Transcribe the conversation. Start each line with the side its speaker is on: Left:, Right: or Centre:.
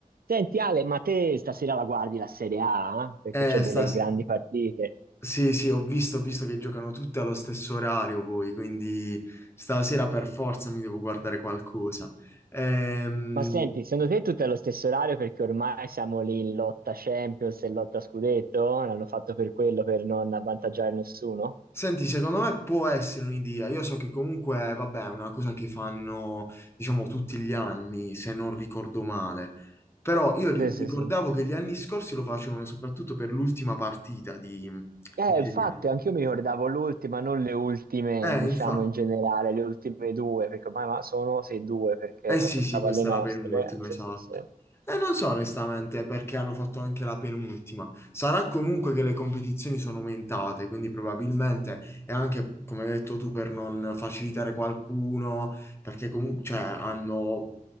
Right: Senti Ale, ma te stasera la guardi la Serie A? eh? Perché
Left: Eh,
Right: c'è delle
Left: sta...
Right: grandi partite.
Left: Sì, sì, ho visto, ho visto che giocano tutte allo stesso orario poi, quindi stasera per forza mi devo guardare qualcosa. Ehm,
Right: Ma senti, secondo te tutto è lo stesso orario perché ormai siamo lì in lotta Champions e lotta Scudetto? L'hanno fatto per quello, per non avvantaggiare nessuno?
Left: Senti, secondo me può essere un'idea. Io so che comunque, vabbè, è una cosa che fanno, diciamo, tutti gli anni, se non ricordo male. Però io ri-
Right: Sì, sì,
Left: ricordavo
Right: sì.
Left: che gli anni scorsi lo facevano soprattutto per l'ultima partita di,
Right: Eh,
Left: di
Right: infatti,
Left: Serie A.
Right: anch'io mi ricordavo l'ultima, non le ultime,
Left: Eh,
Right: diciamo
Left: infatti.
Right: in generale, le ultime due, perché ormai ma- sono sì due, perché
Left: Eh
Right: ora
Left: sì,
Right: pensavo
Left: sì, questa
Right: alle nostre.
Left: è la penultima,
Right: Sì,
Left: esatto.
Right: sì, sì.
Left: E non so onestamente perché hanno fatto anche la penultima. Sarà comunque che le competizioni sono aumentate, quindi probabilmente è anche, come hai detto tu, per non facilitare qualcuno, perché comunque cioè, hanno